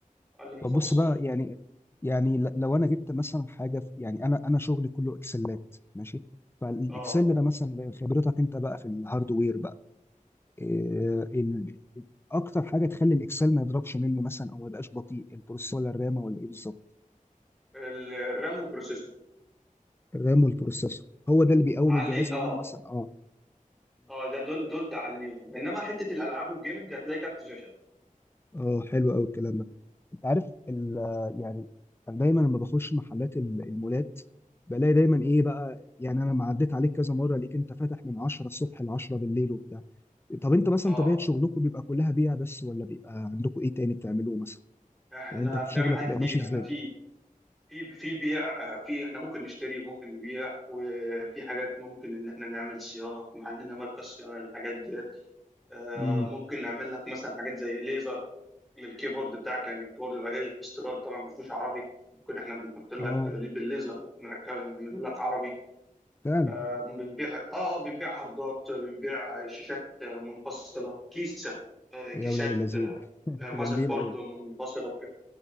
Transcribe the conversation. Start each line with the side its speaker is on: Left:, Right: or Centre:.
Centre: أقل من
Left: طب
Centre: 15
Left: بص بقى يعني يعني ل- لو انا جبت مثلا حاجه في يعني انا انا شغلي كله اكسلات ماشي فالاكسل
Centre: أه
Left: ده مثلا خبرتك انت بقى في الهاردوير بقى إيه ال... اكتر حاجه تخلي الاكسل ما يضربش مني مثلا او ما يبقاش بطيء البروسيسور ولا الرامه ولا ايه بالظبط
Centre: ال- الرام والبروسيسور
Left: الرام والبروسيسور هو ده اللي بيقوم
Centre: علي
Left: الجهاز
Centre: أه
Left: لو انا مثلا اه
Centre: اه ده دول دول تعليهم انما حته الالعاب والجيمنج هتلاقي كارت شاشه
Left: اه حلو قوي الكلام ده انت عارف ال- يعني انا دايما لما بخش محلات ال- المولات بلاقي دايما ايه بقى يعني انا ما عديت عليك كذا مره ليك انت فاتح من 10 الصبح ل 10 بالليل وبتاع طب انت مثلا
Centre: اه
Left: طبيعه شغلكم بيبقى كلها بيع بس ولا بيبقى عندكم ايه تاني بتعملوه مثلا
Centre: احنا
Left: يعني انت في
Centre: بنعمل
Left: شغلك
Centre: حاجات
Left: بيبقى
Centre: كتير
Left: ماشي ازاي
Centre: احنا في في في بيع آه، في احنا ممكن نشتري وممكن نبيع وفي حاجات ممكن ان احنا نعمل صيانه ما عندنا مركز صيانه للحاجات ديت آه،
Left: امم
Centre: ممكن نعمل لك مثلا حاجات زي ليزر للكيبورد بتاعك لان الكيبورد بيبقى جاي استيراد طبعا ما فيهوش عربي ممكن احنا بنحط لك
Left: اه
Centre: ليه بالليزر نركب نعمله لك عربي
Left: فعلا
Centre: آه، بنبيع اه آه، بنبيع هاردات بنبيع شاشات منفصله كيسه آه، كيسات
Left: يا ولاد اللذين <laughs> انت
Centre: آه، ماذر
Left: جامدين
Centre: بورد
Left: قوي
Centre: منفصله